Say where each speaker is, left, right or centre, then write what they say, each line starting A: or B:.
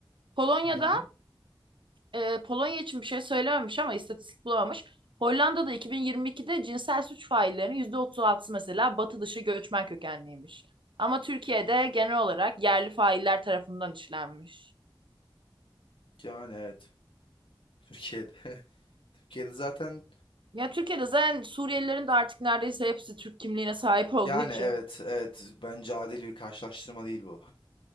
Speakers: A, on the right; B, on the left.
A: Polonya'da
B: Hı hı.
A: e, Polonya için bir şey söylememiş ama istatistik bulamamış. Hollanda'da 2022'de cinsel suç faillerinin yüzde otuz altısı mesela batı dışı göçmen kökenliymiş. Ama Türkiye'de genel olarak yerli failler tarafından işlenmiş.
B: Yani evet. Türkiye'de. <laughs> Türkiye'de zaten
A: Ya Türkiye'de zaten Suriyelilerin de artık neredeyse hepsi Türk kimliğine sahip <laughs> olduğu
B: yani
A: için.
B: evet evet bence adil bir karşılaştırma değil bu.